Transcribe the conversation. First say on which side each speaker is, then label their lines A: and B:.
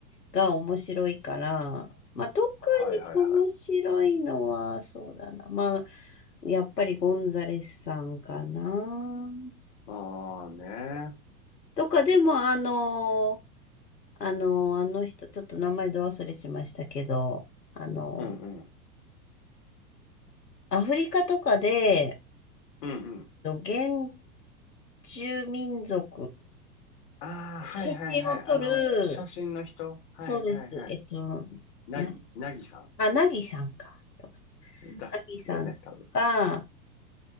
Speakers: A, on the left; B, on the left.
A: が面白いから、まあ、特
B: はいはいはい。
A: に面白いのは、そうだな。まあ、やっぱりゴンザレスさんかな。
B: ああね。
A: とか、でも、あの、あの、あの人、ちょっと名前ど忘れしましたけど、あの、
B: うんうん。
A: アフリカとかで、
B: うんうん。
A: と原住民族、
B: ああ、はいはいはい。
A: 写真を撮る、
B: あの、し写真の人はいはいはい。
A: そうです。えっと、
B: なぎ、
A: な、
B: なぎさ
A: あ、なぎさんか。そう。
B: ん。だよね、
A: なぎさんが、
B: 多分。